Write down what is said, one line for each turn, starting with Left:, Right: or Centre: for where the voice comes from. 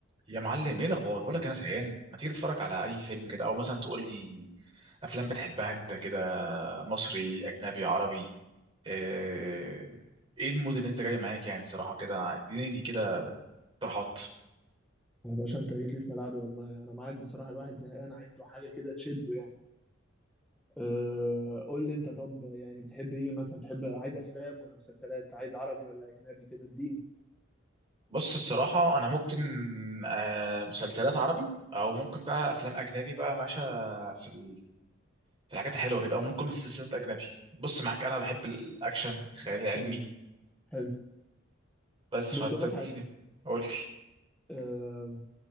Right: يا معلم ايه الاخبار بقول لك انا زهقان ما تيجي تتفرج على اي فيلم كده او مثلا تقول لي افلام بتحبها انت كده مصري اجنبي عربي آه، ايه المود اللي انت جاي معاك يعني الصراحه كده اديني دي كده اقتراحات
Centre: يا باشا انت جيت لي في ملعبي والله انا معاك بصراحه الواحد زهقان عايز له حاجه كده تشده يعني أه قول لي انت طب يعني بتحب ايه مثلا بتحب عايز افلام ولا مسلسلات عايز عربي ولا اجنبي كده اديني
Right: بص الصراحه انا ممكن آه، مسلسلات عربي او ممكن بقى افلام اجنبي بقى ماشي في ال- في الحاجات الحلوه كده او ممكن مسلسلات اجنبي بص معاك انا بحب الاكشن الخيال العلمي
Centre: كله حلو
Right: بس
Centre: بص
Right: فتديني
Centre: اقول لك حاجه
Right: قول لي
Centre: أه